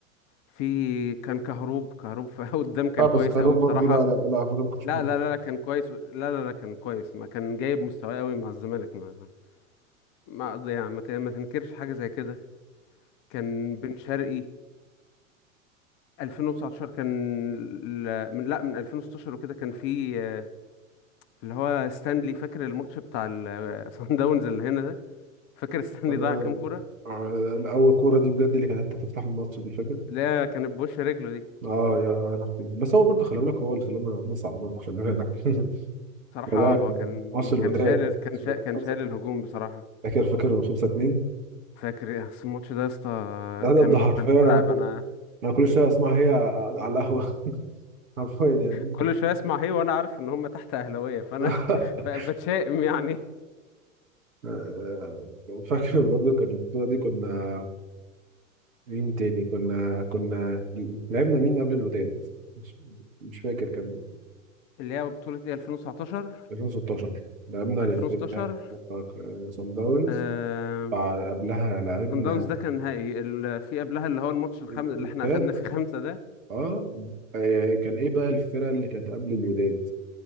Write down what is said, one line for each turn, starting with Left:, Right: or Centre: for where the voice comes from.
Left: في كان كهروب كهروب في <laughs> قدام كان
Right: اه بس
Left: كويس
Right: كاروك
Left: قوي
Right: برضه
Left: بصراحة
Right: لا لا لا على فكره ما كنتش
Left: لا
Right: بحبه
Left: لا لا لا كان كويس لا لا لا كان كويس ما كان جايب مستواه قوي مع الزمالك ما ما أقض- يعني ما ت- ما تنكرش حاجة زي كده كان بن شرقي 2019 كان ال- من لا من 2016 وكده كان في آه، اللي هو ستانلي فاكر الماتش بتاع الصن داونز <laughs> اللي هنا ده فاكر ستانلي
Right: كان
Left: ضيع كام كورة
Right: آه، اول كوره دي بجد اللي كانت هتفتح الماتش دي فاكر
Left: لا كانت بوش رجله
Right: اه يا لهوي بس هو برضه خلي بالك هو اللي خلانا نصعد برضه خلي بالك <laughs>
Left: بصراحة
Right: ولا
Left: آه، هو كان
Right: ماتش الوداد
Left: كان شايل كان
Right: ماتش
Left: شا...
Right: الوداد
Left: كان
Right: 5
Left: شايل
Right: 2
Left: الهجوم بصراحة
Right: فاكر فاكر 5 2
Left: فاكر إيه، أصل الماتش ده يا اسطى
Right: ده ده
Left: كان
Right: ده حرفيا
Left: كان مرعب
Right: انا كنت
Left: انا
Right: انا كل شويه اسمع هي على القهوه <laughs> حرفيا يعني
Left: كل شوية اسمع هي وانا عارف ان هم تحت اهلاوية فانا
Right: <laughs>
Left: <laughs> فبتشائم يعني
Right: آه، آه، فاكر برضو كان البطولة دي كنا مين تاني كنا كنا لعبنا مين قبل الوداد مش, مش فاكر كان
Left: اللي هي بطولة ايه 2019
Right: 2016 لعبنا للفرقة
Left: 2016
Right: سان داونز
Left: آه...
Right: بع- قبلها لعبنا
Left: صن داونز ده كان نهائي ال... في قبلها اللي هو الماتش الخامس
Right: الوداد
Left: اللي احنا اخدنا فيه خمسة ده
Right: اه آه، كان ايه بقى الفرقة اللي كانت قبل الوداد